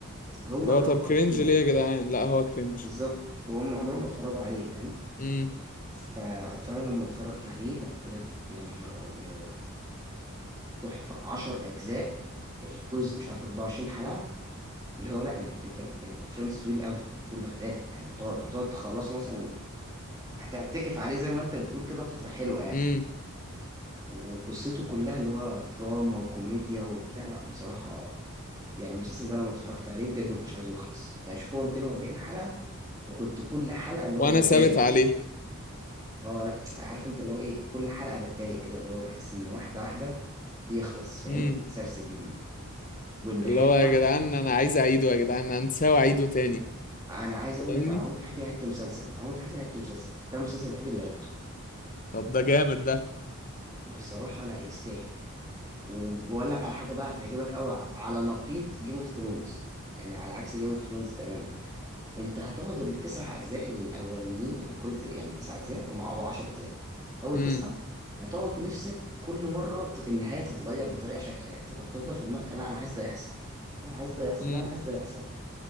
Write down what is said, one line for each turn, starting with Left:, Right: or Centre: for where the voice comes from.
Right: هو
Left: اللي
Right: هو
Left: هو طب كرنج
Right: في كده
Left: ليه يا جدعان لا هو كرنج
Right: بالظبط وهم عمرهم ما اتفرجوا عليه فاهم
Left: امم
Right: ف... فانا لما اتفرجت عليه لا بجد يا نهار ابيض تحفه 10 اجزاء الجزء مش عارف 24 حلقه اللي هو لا انت انت انت فريندز طويل قوي طول بغباء يعني هتقعد هتقعد تخلصه مثلا هتعتكف عليه زي ما انت بتقول كده فتره حلوه يعني
Left: امم
Right: وقصته كلها اللي هو دراما وكوميديا وبتاع لا بصراحه يعني المسلسل ده لما اتفرجت عليه بجد ما كنتش عايزه يخلص يعني شوف هو 240 حلقه وكنت كل حلقه اللي
Left: وانا
Right: هو بتضايق
Left: ثابت عليه
Right: اه لا عارف انت اللي هو ايه كل حلقه بتضايق كده اللي هو بحس ان واحده واحده بيخلص فاهم
Left: امم
Right: بيتسرسب مني والنهايه
Left: اللي هو
Right: بتاعته
Left: يا جدعان انا عايز اعيده يا جدعان انا نساوي اعيده تاني
Right: انا عايز
Left: فاهمني
Right: اقول لك انا عمري في حياتي ما عدت مسلسل عمري في حياتي ما عدت مسلسل ده المسلسل الوحيد اللي عدته
Left: طب ده جامد ده
Right: بصراحه لا يستاهل وبقول لك على حاجه بقى هتعجبك قوي على نقيض جيم اوف ثرونز يعني على عكس جيم اوف ثرونز تماما انت هتقعد التسع اجزاء الاولانيين يعني كل ت- يعني تسع اجزاء هم او 10 اجزاء اول
Left: امم
Right: تسعه هتقعد نفسك كل مره ت- النهايه تتغير بطريقه شكل يعني هتفضل هتفضل في دماغك لا انا عايز ده يحصل انا عايز ده يحصل
Left: امم
Right: لا انا عايز ده يحصل